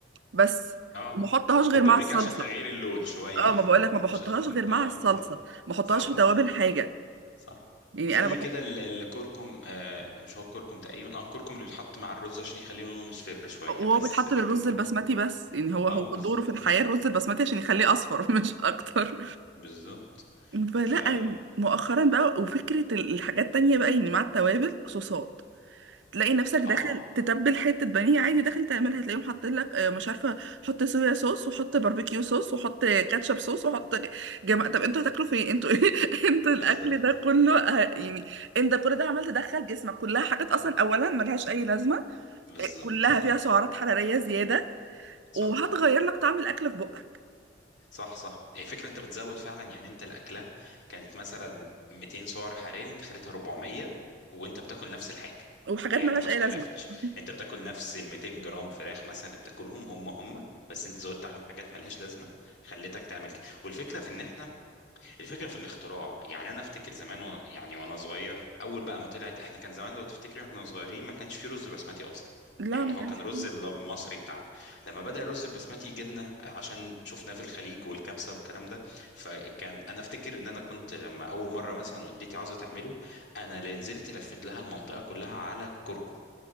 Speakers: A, on the right (about 80°); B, on the left (about 75°).
A: بس
B: اه
A: ما بحطهاش غير
B: وبابريكا
A: مع الصلصه
B: عشان تغيير اللون شويه
A: اه ما
B: <laughs>
A: بقولك ما
B: مش
A: بحطهاش
B: عشان
A: غير
B: الطعم
A: مع الصلصه
B: بالظبط
A: ما بحطهاش
B: صح
A: في توابل
B: صح
A: حاجه
B: صح
A: يعني
B: زي
A: انا بحط
B: كده ال- الكركم آه مش هو الكركم تقريبا اه الكركم اللي بيتحط مع الرز عشان يخليه لونه مصفر شويه
A: وهو
B: بس
A: بيتحط
B: لكن
A: للرز البسمتي
B: اه
A: بس يعني هو
B: آه،
A: هو
B: بالظبط
A: دوره في الحياه الرز البسمتي عشان يخليه اصفر <laughs> مش اكتر
B: بالظبط
A: فلا
B: ف
A: مؤخرا بقى وفكرة ال- الحاجات التانية بقى يعني مع التوابل صوصات تلاقي نفسك داخل
B: اه
A: تتبل حتة بانيه عادي داخل تعملها تلاقيهم حاطين لك آه، مش عارفة حط صويا صوص وحط باربيكيو صوص وحط كاتشب صوص وحط جماعة طب انتوا هتاكلوا فين انتوا <laughs> انتوا الاكل
B: بالظبط
A: ده كله آه، يعني انت كل ده عمال تدخل جسمك كلها حاجات اصلا اولا ملهاش اي لازمة
B: بالظبط
A: آه، كلها فيها سعرات حرارية زيادة
B: صح
A: وهتغير لك طعم الاكل في بقك
B: صح صح هي فكرة انت بتزود فعلا يعني انت الاكلة كانت مثلا 200 سعر حراري انت خليتها 400 وانت بتاكل نفس الحاجة
A: وحاجات
B: يعني
A: ملهاش
B: انت ما
A: اي
B: اختلفتش
A: لازمة <laughs>
B: انت بتاكل نفس ال 200 جرام فراخ مثلا اللي بتاكلهم هم هم بس انت زودت عليهم حاجات ملهاش لازمة خليتك تعمل كده والفكرة في ان احنا الفكره في الاختراع يعني انا افتكر زمان و... يعني وانا صغير اول بقى ما طلعت احنا كان زمان لو تفتكري واحنا صغيرين ما كانش في رز بسمتي اصلا
A: لا
B: يعني
A: ما
B: هو
A: كانش
B: كان رز
A: فيه
B: الل- المصري بتاعنا لما بدأ الرز البسمتي يجي لنا عشان شفناه في الخليج والكبسة والكلام ده فكان انا افتكر ان انا كنت لما اول مرة مثلا والدتي عاوزة تعمله انا اللي نزلت لفت لها المنطقة كلها على الكركم